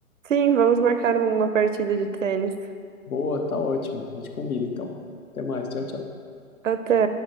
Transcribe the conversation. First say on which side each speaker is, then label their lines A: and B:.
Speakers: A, on the right; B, on the left.
A: Sim, vamos marcar uma partida de tênis.
B: Boa, tá ótimo. A gente combina então. Até mais. Tchau, tchau.
A: Até.